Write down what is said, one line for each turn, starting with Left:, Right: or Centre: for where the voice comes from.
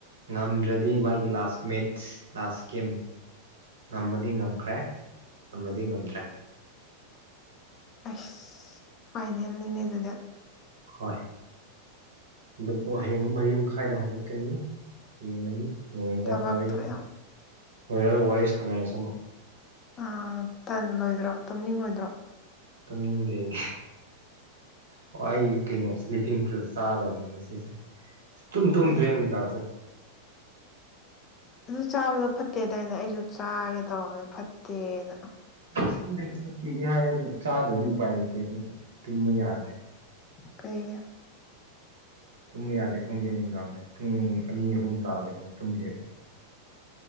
Right: ꯉꯝꯗ꯭ꯔꯗꯤ ꯃꯥꯒꯤ ꯂꯥꯁ ꯃꯦꯠꯁ ꯂꯥꯁ ꯒꯦꯝ ꯉꯝꯃꯗꯤ ꯉꯝꯈ꯭ꯔꯦ ꯉꯝꯃꯗꯤ ꯉꯝꯗ꯭ꯔꯦ
Left: ꯑꯁ ꯐꯥꯏꯅꯦꯜꯅꯤꯅꯦ ꯑꯗꯨꯗꯤ
Right: ꯍꯣꯏ ꯑꯗꯨꯄꯨ ꯍꯌꯦꯡ ꯃꯔꯤ ꯃꯈꯥꯏꯗ ꯍꯧꯒꯠꯀꯅꯤ ꯌꯦꯡꯒꯅꯤ ꯂꯣꯏꯔꯒ
Left: ꯊꯕꯛꯇꯣ
Right: ꯋꯥꯔꯤ
Left: ꯌꯥꯝ
Right: ꯂꯣꯏꯔꯒ ꯋꯥꯔꯤ ꯁꯥꯟꯅꯔꯁꯤ ꯑꯃꯨꯛ
Left: ꯑꯥ ꯇꯟ ꯂꯣꯏꯗ꯭ꯔꯣ ꯇꯨꯝꯅꯤꯡꯉꯣꯏꯗ꯭ꯔꯣ
Right: ꯇꯨꯝꯅꯤꯡꯗꯦꯅꯦ ꯑꯣ ꯑꯩ ꯀꯩꯅꯣ ꯁ꯭ꯂꯤꯞꯄꯤꯡ ꯄꯤꯜꯁ ꯆꯥꯗꯕꯅꯤ ꯉꯁꯤꯗꯤ ꯁꯨꯛꯇꯨꯝ ꯇꯨꯨꯝꯗꯔꯦ
Left: ꯑꯦ
Right: ꯅꯨꯡꯗꯥꯡꯗ
Left: ꯑꯗꯨ ꯆꯥꯕꯗꯣ ꯐꯠꯇꯦꯗꯥꯏꯅꯦ ꯑꯩꯁꯨ ꯆꯥꯒꯦ ꯇꯧꯔꯝꯃꯦ ꯐꯠꯇꯦꯅ
Right: ꯈꯪꯗꯦ ꯐꯛꯇꯦꯗꯤ ꯍꯥꯏ‌ ꯑꯗꯨ ꯆꯥꯗ꯭ꯔꯗꯤ ꯎꯄꯥꯏ ꯂꯩꯇꯦ ꯑꯩꯈꯣꯏꯗꯤ ꯇꯨꯝꯕ ꯌꯥꯗꯔꯦ
Left: ꯀꯩꯒꯤ
Right: ꯇꯨꯝꯕ ꯌꯥꯗꯦ ꯈꯪꯗꯦ ꯅꯨꯡꯗꯥꯡꯁꯦ ꯄꯨꯡ ꯑꯅꯤ ꯑꯍꯨꯝ ꯇꯥꯗꯔꯤꯕꯨꯛ ꯇꯨꯝꯗꯦꯕ